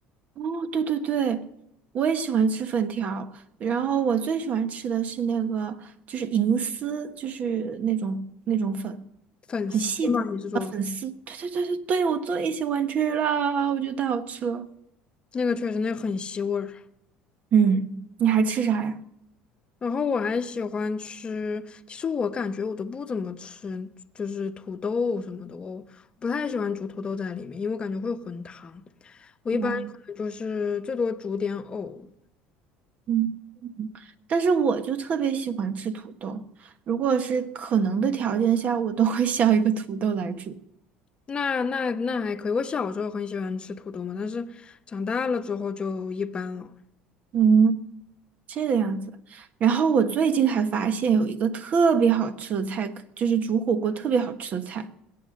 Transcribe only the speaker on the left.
粉丝嘛，
你是说
那个确实那个很吸味儿。
然后我还喜欢吃，其实我感觉我都不怎么吃，就是土豆什么的，我不太喜欢煮土豆在里面，因为我感觉会有混汤。我一般可能就是最多煮点藕，
那那那还可以。我小时候很喜欢吃土豆嘛，但是长大了之后就一般了。